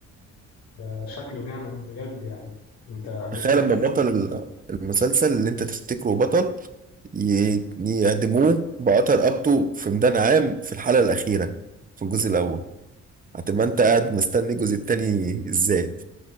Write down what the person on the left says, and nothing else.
ده شكله جامد بجد يعني أنت بتندمني